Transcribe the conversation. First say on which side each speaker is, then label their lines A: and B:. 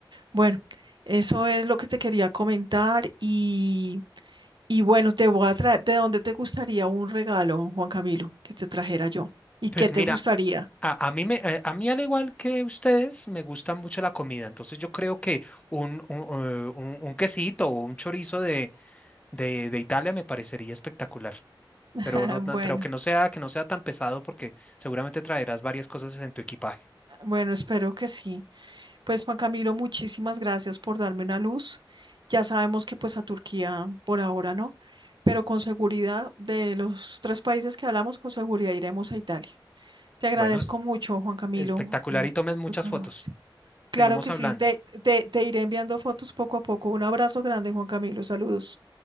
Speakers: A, on the right; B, on the left.
A: Bueno, eso es lo que te quería comentar y, y bueno, te voy a traer, ¿de dónde te gustaría un regalo, Juan Camilo, que te trajera yo? ¿Y
B: Pues
A: qué te
B: mira,
A: gustaría?
B: a, a mí me, a, a mí al igual que ustedes, me gusta mucho la comida, entonces yo creo que un, un, eh, un- un quesito o un chorizo de, de, de Italia me parecería espectacular.
A: <laughs>
B: pero no,
A: Bueno,
B: no- pero que no sea, que no sea tan pesado porque seguramente traerás varias cosas en tu equipaje.
A: bueno, espero que sí. Pues Juan Camilo, muchísimas gracias por darme una luz. Ya sabemos que pues a Turquía por ahora no, pero con seguridad de los tres países que hablamos, con seguridad iremos a Italia. Te agradezco
B: Bueno, es-
A: mucho, Juan Camilo,
B: espectacular
A: eh,
B: y tomes muchas
A: tu colaboración.
B: fotos.
A: Claro
B: Seguimos
A: que
B: hablando.
A: sí, te, te, te iré enviando fotos poco a poco. Un abrazo grande, Juan Camilo. Saludos.